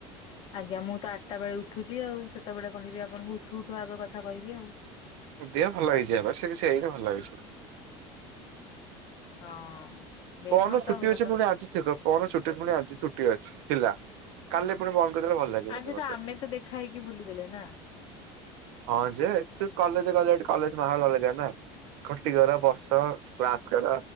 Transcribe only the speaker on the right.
ଦେହ ଭଲ ହେଇଯାଏ ବା ସେ ବି ସେୟା ଭଲ ହେଇଯିବ।
ପଅଣ ଦିନ
ଛୁଟି
ଅଛି ପୁଣି ଆଜି ଚେକ୍ ଅପ ପଅଣ ଦିନ ଛୁଟି ପୁଣି ଆଜି ଛୁଟି ଅଛି ଥିଲା କାଲି ପୁଣି ବନ୍ଦ୍ <unintelligible> ଭଲ ଲାଗିବନି
ମତେ।
ହଁ ଯେ ଆକ୍ କଲେଜ ଗଲାଠୁ କଲେଜ୍ <unintelligible> ଖଟି କର ବସ କ୍ଲାସ କର